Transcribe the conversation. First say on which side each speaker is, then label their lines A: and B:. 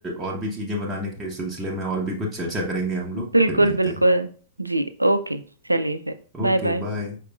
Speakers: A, on the right (about 15°); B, on the right (about 85°).
A: और भी चीजें बनाने के सिलसिले में और भी कुछ चर्चा करेंगे हम लोग
B: बिल्कुल
A: फिर मिलते
B: बिल्कुल
A: हैं
B: जी ओके चलिए फिर
A: Okay
B: बाय बाय
A: bye